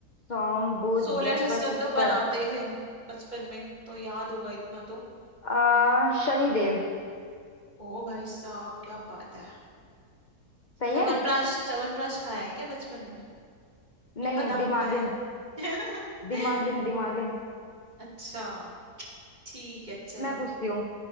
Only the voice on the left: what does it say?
सोम बुध
बृहस्पति
शुक्र
आ शनि देव
सही
है
नहीं
दिमागिन
दिमागिन दिमागिन
मैं पूछती हूँ